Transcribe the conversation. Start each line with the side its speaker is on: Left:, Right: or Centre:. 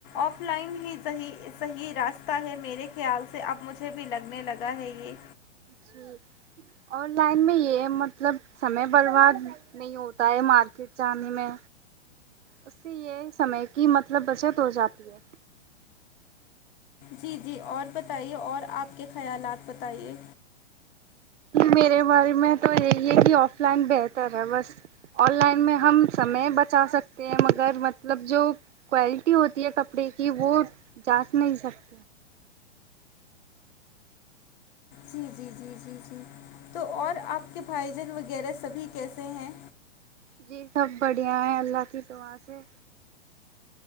Left: آف لائن ہی صحیح صحیح راس تا ہے میرے خیال سے اب مجھے بھی لگنے لگا ہے یہ
Right: جی آن لائن میں یہ مطلب سمے برباد نہیں ہوتا ہے مارکی کی چاندنی میں اس سے یہ سمے کی مطلب بچت ہو جاتی ہے
Left: جی جی اور بتائیے اور آپ کے خیالات بتائیے
Right: میرے بارے میں تو یہی ہے کہ آف لائن بہتر ہے بس آن لائن میں ہم سمے بچا سکتے ہیں مگر مطلب جو کوالٹی ہوتی ہے کپڑے کی وہ جانچ نہیں سکتی
Left: جی جی جی جی جی تو اور آپ کے بھائی جان وغیرہ سبھی کیسے ہیں
Right: جی سب بڑھیا ہے اللہ کی دعا سے